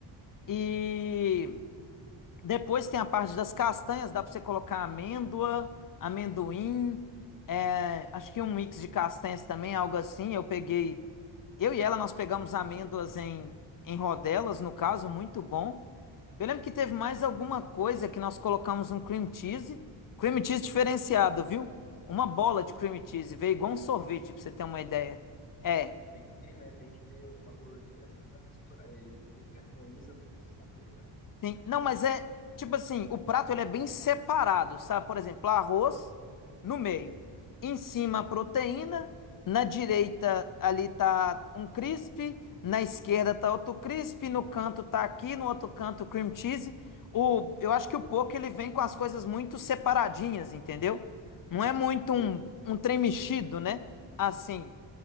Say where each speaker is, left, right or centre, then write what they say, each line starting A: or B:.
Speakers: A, on the left; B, on the left.
A: E. Depois tem a parte das castanhas, dá para você colocar amêndoa, amendoim, é, acho que um mix de castanhas também, algo assim. Eu peguei, eu e ela nós pegamos amêndoas em, em rodelas, no caso, muito bom. Eu lembro que teve mais alguma coisa que nós colocamos um cream cheese, cream cheese diferenciado, viu? Uma bola de cream cheese, veio igual um sorvete, para você ter uma ideia. É.
B: Tem que ter, né, tem que ter uma gordura ali pra misturar, ele meio que harmoniza todo o sabor, né?
A: Sim. Não, mas é tipo assim, o prato ele é bem separado, sabe? Por exemplo, arroz no meio, em cima a proteína, na direita ali tá um crisp, na esquerda tá outro crisp, no canto tá aqui, no outro canto cream cheese. O, eu acho que o poke ele vem com as coisas muito separadinhas, entendeu? Não é muito
B: Uhum.
A: um, um trem mexido, né? Assim,